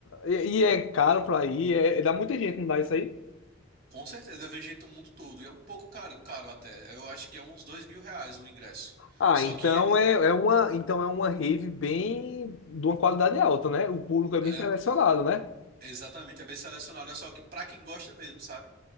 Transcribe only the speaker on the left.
E, e é caro pra ir, é, dá muita gente, não dá isso aí?
Ah,
então
é, é uma, então é uma rave bem de uma qualidade alta, né? O público é
bem selecionado, né?